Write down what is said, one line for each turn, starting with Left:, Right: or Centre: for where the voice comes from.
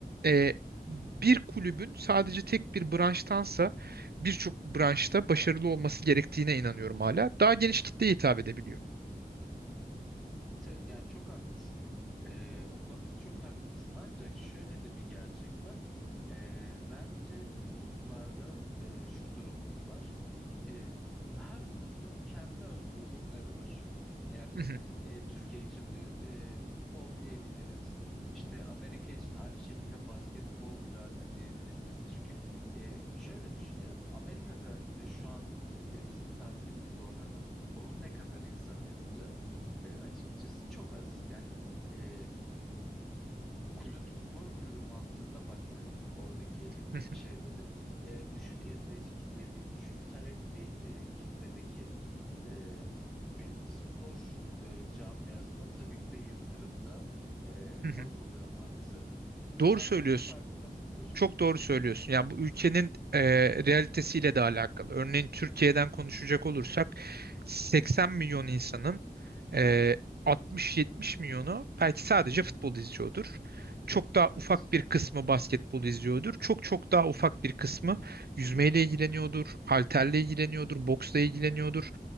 Right: e, bir kulübün sadece tek bir branştansa birçok branşta başarılı olması gerektiğine inanıyorum hala. Daha geniş kitleye hitap edebiliyor.
Centre: Evet evet, yani çok haklısın. Ee, o konuda çok haklısın. Ancak şöyle de bir gerçek var. Ee, bence uluslarda e, şu durum var. Ee, her ulusun kendine özgü oyunları var. Yani
Right: Hı hı,
Centre: e, Türkiye için bir e, futbol diyebiliriz. İşte Amerika için aynı şekilde basketbol, rugby diyebiliriz. Çünkü e, şöyle düşünelim. Amerika'da e, şu an e, bizim tabirimizle oynanan futbolun ne kadar insan izliyor? E, açıkçası çok az. Yani e, kulüp spor kulübü mantığında baksaydık oradaki
Right: hı hı,
Centre: şeyde de e, düşük izleyici kitleli, düşük talepli e, kitledeki e, bir spor e, camiasına tabii ki de yatırım da e,
Right: hı hı.
Centre: az oluyor maalesef.
Right: Doğru
Centre: Sen
Right: söylüyorsun.
Centre: de bunun farkındasındır.
Right: Çok doğru söylüyorsun. Ya bu ülkenin e, realitesiyle de alakalı. Örneğin Türkiye'den konuşacak olursak 80 milyon insanın e, 60-70 milyonu belki sadece futbol izliyordur. Çok daha
Centre: Evet.
Right: ufak bir kısmı basketbol izliyordur. Çok çok daha ufak bir kısmı yüzmeyle ilgileniyordur, halterle ilgileniyordur, boksla ilgileniyordur.